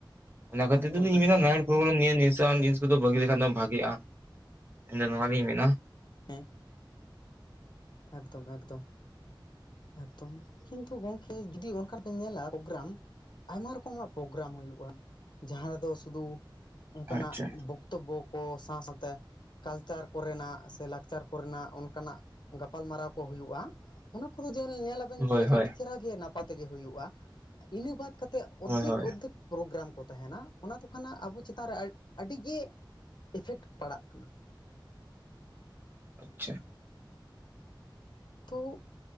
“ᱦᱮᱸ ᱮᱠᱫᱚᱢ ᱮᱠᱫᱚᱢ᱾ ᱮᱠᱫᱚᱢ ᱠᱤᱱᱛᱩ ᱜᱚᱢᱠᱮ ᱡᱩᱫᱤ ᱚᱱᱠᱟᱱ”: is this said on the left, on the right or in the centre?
Left